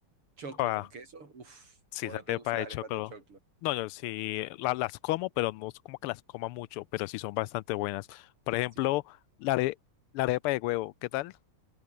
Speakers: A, on the right; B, on the left.
A: choclo
B: ah,
A: con queso. Uf,
B: Sí,
A: o
B: sale
A: no te gustan
B: para
A: las
B: de
A: arepas
B: choclo.
A: de choclo.
B: No, yo sí la- las como, pero no es como que las coma mucho, pero sí son bastante buenas. Por
A: Sí.
B: ejemplo, la, are- la arepa de huevo, ¿qué tal?